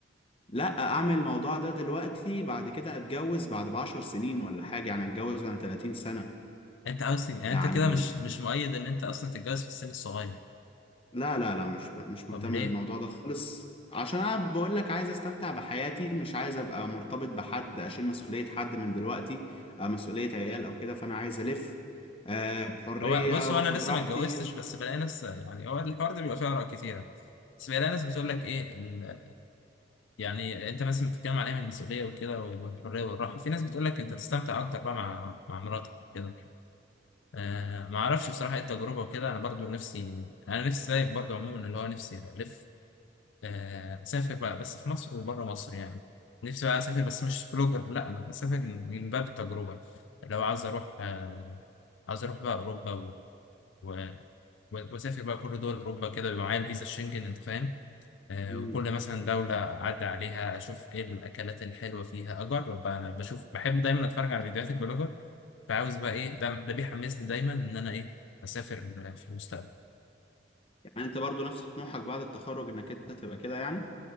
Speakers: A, on the left; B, on the left.
A: لا اعمل الموضوع ده دلوقتي بعد كده اتجوز بعد ب 10 سنين ولا حاجة يعني اتجوز وانا 30 سنة
B: انت عاوز تج- يعني
A: يعني
B: انت كده مش مش مؤيد ان انت اصلا تتجوز في السن الصغير
A: لا لا لا مش مش
B: طب
A: مهتم
B: ليه
A: بالموضوع ده خالص عشان انا بقول لك عايز استمتع بحياتي مش عايز ابقى مرتبط بحد اشيل مسؤولية حد من دلوقتي آه، مسؤولية عيال او كده فانا عايز الف آه، بحرية
B: هو بص
A: واخد
B: هو انا لسه
A: راحتي
B: ما اتجوزتش
A: و...
B: بس بلاقي ناس يعني هو الحوار ده بيبقى فيه اراء كتيره بس بلاقي ناس بتقول لك ايه ال- يعني انت مثلا بتتكلم عليها من المسؤوليه وكده والحريه والراحه في ناس بتقول لك انت تستمتع اكتر بقى مع مع مراتك كده آه ما اعرفش بصراحه ايه التجربه وكده انا برضو نفسي انا نفسي زيك برضو عموما اللي هو نفسي الف آه اسافر بقى بس في مصر وبره مصر يعني نفسي بقى اسافر بس مش بلوجر لا انا اسافر من باب التجربه لو عاوز اروح آه عاوز اروح بقى اوروبا و... و... واسافر بقى كل دول اوروبا كده يبقى معايا الفيزا الشنجن انت فاهم آه،
A: مم.
B: وكل مثلا دولة أعدي عليها أشوف إيه الأكلات الحلوة فيها أجرب بقى أنا بشوف بحب دايما أتفرج على فيديوهات البلوجر فعاوز بقى إيه ده ده بيحمسني دايما إن أنا إيه أسافر آه، في المستقبل
A: يعني انت برضو نفس طموحك بعد التخرج انك انت تبقى كده يعني